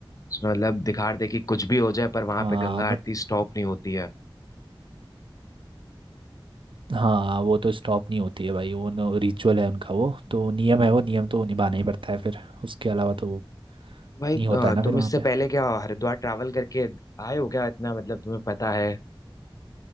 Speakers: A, on the left; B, on the right.
A: उसमें मतलब दिखा रहे थे कि कुछ भी हो जाए पर वहां
B: हाँ
A: पे गंगा आरती स्टॉप नहीं होती है
B: हाँ वो तो स्टॉप नहीं होती है भाई वो रिचुअल है उनका वो तो नियम है वो नियम तो निभाना ही पड़ता है फिर उसके अलावा तो
A: भाई
B: नहीं
A: अ,
B: होता है ना
A: तुम
B: फिर वहाँ
A: इससे
B: पे
A: पहले क्या हरिद्वार ट्रैवल करके आए हो क्या इतना मतलब तुम्हें पता है